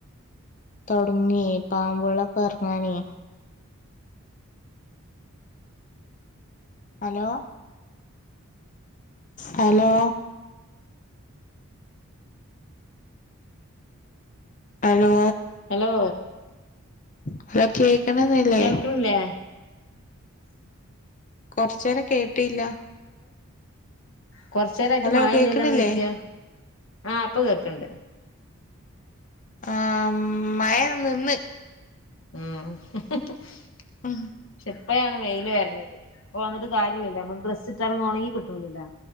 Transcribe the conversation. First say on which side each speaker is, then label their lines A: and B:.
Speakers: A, on the left (about 35°); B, on the left (about 60°).
A: തുടങ്ങിയ പാമ്പോളൊക്കെ ഇറങ്ങാനേ. ഹലോ? ഹലോ? ഹലോ?
B: ഹലോ?
A: അല്ലോ കേക്കണ്ന്നില്ലേ?
B: കിട്ടുന്നില്ലല്ലോ?
A: കൊറച്ച് നേരം കേട്ടില്ല.
B: കൊറച്ച നോരായിട്ട്
A: ഹലോ
B: മഴല്ലല്ലന്ന്
A: കേക്കണില്ലേ
B: ചോദിക്ക ആ ഇപ്പ കേക്ക്ണ്ട്.
A: ആ മഴ നിന്ന്.
B: ആഹ്
A: ഉം
B: പക്ഷെ എപ്പഴാണ് വെയില്ൽ വരുന്നത്. ഇപ്പ വിട്ട് കാര്യമില്ലല്ല. നമ്മള് ഡ്രസ്സ് ഇട്ടാലും ഒണങ്ങി കിട്ടൂലല്ലോ?